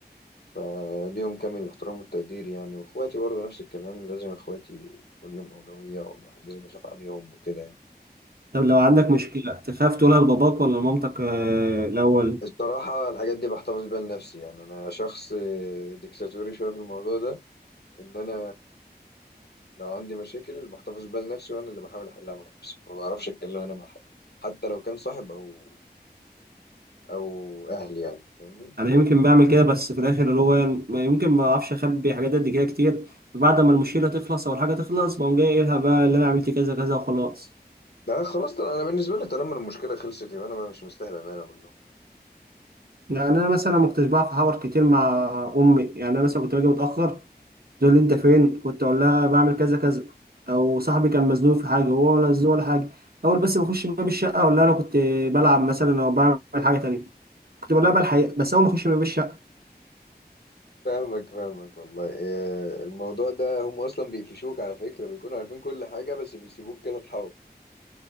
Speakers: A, on the left (about 75°); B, on the right (about 65°).
A: فليهم كامل الاحترام والتقدير يعني واخواتي برضو نفس الكلام لازم اخواتي كل يوم اولويه والواحد لازم يخاف عليهم وكده يعني
B: طب لو عندك مشكله تخاف تقولها لباباك ولا لمامتك آه، الاول
A: الصراحه الحاجات دي بحتفظ بيها لنفسي يعني انا شخص آه، ديكتاتوري شويه في الموضوع ده ان انا لو عندي مشاكل بحتفظ بيها لنفسي وانا اللي بحاول احلها مع نفسي ما بعرفش اتكلم انا مع حد حتى لو كان صاحب او او اهلي يعني فاهمني
B: انا يمكن بعمل كده بس في الاخر اللي هو ما- يمكن ما اعرفش اخبي حاجات قد كده كتير بعد ما المشكله تخلص او الحاجه تخلص بقوم جاي قايلها بقى اللي انا عملت كذا كذا وخلاص
A: لا خلاص طبعا انا بالنسبه لي طالما المشكله خلصت يبقى انا مش مستاهل ان انا اقول له
B: يعني انا مثلا ما كنتش بعرف احاور كتير مع امي يعني انا مثلا كنت باجي متاخر تقول لي انت فين كنت اقول لها بعمل كذا كذا او صاحبي كان مزنوق في حاجه وهو ولا مزنوق ولا حاجه اول بس ما اخش باب الشقه اقول لها انا كنت بلعب مثلا او بعمل حاجه تانية كنت بقول لها بقى الحقيقه بس اول ما اخش باب الشقه
A: فاهمك فاهمك والله إيه، الموضوع ده هم اصلا بيقفشوك على فكره بيكونوا عارفين كل حاجه بس بيسيبوك كده تحاول